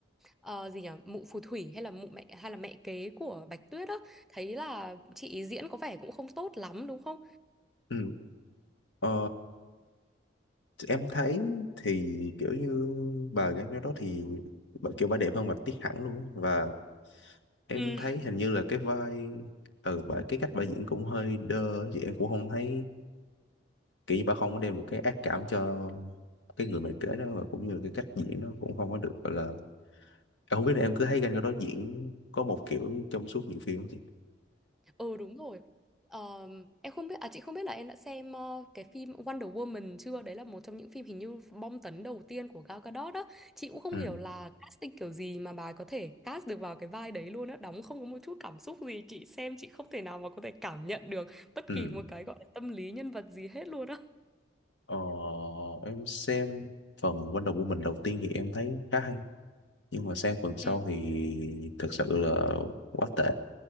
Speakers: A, in the centre; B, on the left.
A: ờ, gì nhỉ mụ phù thủy hay là mụ mẹ hay là mẹ kế của Bạch Tuyết á thấy là chị ý diễn có vẻ cũng không tốt lắm đúng không
B: ừ. ờ em thấy thì kiểu như bà gái đó thì bà kiểu bà đẹp hơn Bạch Tuyết hẳn luôn á. và em
A: ừ
B: thấy hình như là cái vai ừ bà cái cách bà diễn cũng hơi đơ á, chị em cũng không thấy kiểu như bà không có đem được cái ác cảm cho cái người mẹ kế đó và cũng như là cái cách diễn nó cũng không có được gọi là em không biết là em cứ thấy Gal Gadot diễn có một kiểu trong suốt nhiều phim không chị
A: Ừ đúng rồi. Ờm, em không biết à chị không biết là em đã xem ờ, cái phim Wonder Woman chưa? Đấy là một trong những phim hình như bom tấn đầu tiên của Gal Gadot đó. Chị cũng không
B: ừ
A: hiểu là casting kiểu gì mà bà ấy có thể cast được vào cái vai đấy luôn á, đóng không có một chút cảm xúc gì, chị xem chị không thể nào mà có thể cảm nhận được bất
B: ừ
A: kỳ một cái gọi là tâm lý nhân vật gì hết luôn á.
B: ờ, em xem phần Wonder Woman đầu tiên thì em thấy khá hay nhưng mà sang phần sau
A: Ừ.
B: thì thực sự là quá tệ